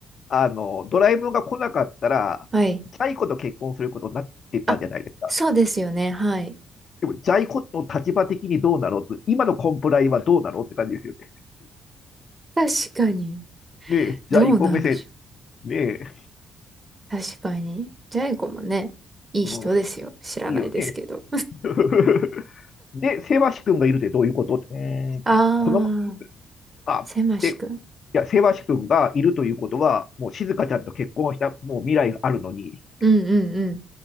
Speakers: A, on the left (about 50°); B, on the right (about 20°).
A: あの、ドラえもんが来なかったら、
B: はい。
A: ジャイ子と結婚することになってたじゃないですか。
B: あ、そうですよね。はい。
A: でも、ジャイ子の立場的にどうなのと、今のコンプライはどうなのって感じですよね。
B: 確かに。
A: ねえ、ジャイ子目線、
B: どうなんでしょ
A: ねえ、
B: う。確かに。ジャイ子もね、いい人ですよ。
A: うん、
B: 知らないですけど。
A: いいよね。<laughs> で、セバシ君がいるってどういうことってうーんって、
B: あー、
A: この、あ、
B: せましくん。
A: で、いや、セバシ君がいるということは、もう静香ちゃんと結婚した、もう未来があるのに、
B: うんうんうん。